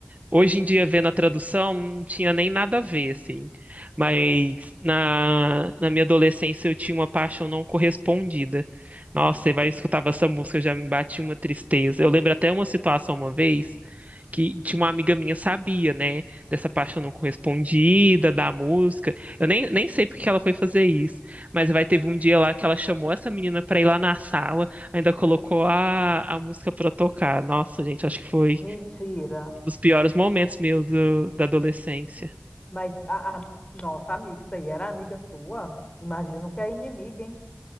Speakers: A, on the right; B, on the left.
A: Hoje em dia, vendo a tradução, não tinha nem nada a ver, assim. Mas na, na minha adolescência eu tinha uma paixão não correspondida. Nossa, você vai escutar essa música, já me bate uma tristeza. Eu lembro até uma situação uma vez que tinha uma amiga minha sabia, né, dessa paixão não correspondida, da música. Eu nem, nem sei porque ela foi fazer isso, mas vai teve um dia lá que ela chamou essa menina pra ir lá na sala, ainda colocou a, a música pra tocar. Nossa, gente, acho que foi
B: Mentira.
A: dos piores momentos meus do- da adolescência.
B: Mas, a, a- nossa, amiga, isso aí era amiga sua? Imagino que é inimiga, hein?